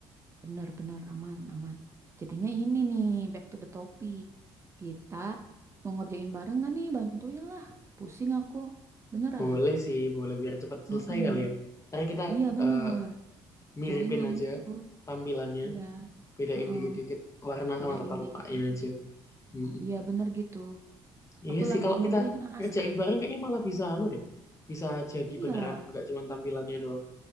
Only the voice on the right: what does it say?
Benar-benar aman-aman. Jadinya ini nih, back to the topic. Kita mau ngerjain bareng gak nih? Bantuin lah. Pusing aku. Beneran.
Mm-mm.
Iya bener.
Joinan
gitu.
Iya.
Heeh.
Bedain
dikit-dikit.
Iya bener gitu.
Aku
lagi
ngeblank
asli.
Iya.